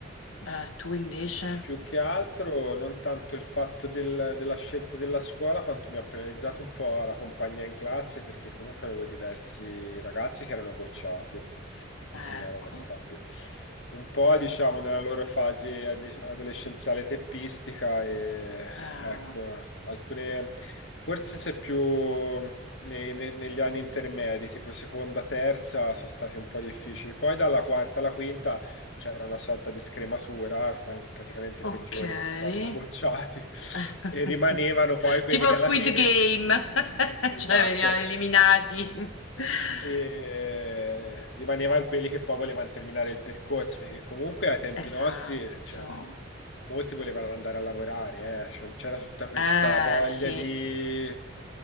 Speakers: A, on the left; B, on the left.
A: Eh, tu invece?
B: Più che altro non tanto il fatto del- della scelta della scuola, quanto mi ha penalizzato un po' la compagnia in classe, perché comunque avevo diversi ragazzi che erano bocciati,
A: Ecco.
B: non erano stati un po', diciamo, nella loro fase ade- adolescenziale teppistica e
A: eh.
B: ecco, alcune, forse se più nei- ne- negli anni intermedi, tipo seconda, terza, sono stati un po' difficili. Poi dalla quarta alla quinta c'era una sorta di scrematura, pra- praticamente
A: Okay.
B: i peggiori venivano bocciati <laughs>
A: <laughs>
B: e rimanevano poi quelli
A: Tipo
B: che
A: Squid
B: alla fine,
A: Game, <laughs>
B: esatto,
A: cioè venivano eliminati. <laughs>
B: e rimanevano quelli che poi volevano terminare il percorso, perché comunque ai tempi
A: Esatto.
B: nostri, cioè, molti volevano andare a lavorare, eh, cioè, non c'era tutta questa
A: Eh,
B: voglia
A: sì.
B: di...